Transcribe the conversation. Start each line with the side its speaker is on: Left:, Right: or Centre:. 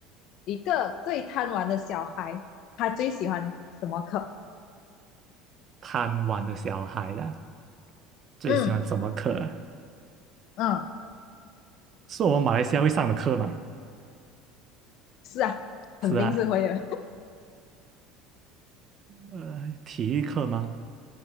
Left: 一个最贪玩的小孩，他最喜欢什么课？
Right: 贪玩的小孩啦。最喜欢什么课啊？
Left: 嗯嗯，
Right: 是我们马来西亚会上的课吗？
Left: 是啊，
Right: 是啊，
Left: 肯定是会的。
Right: 呃，体育课吗？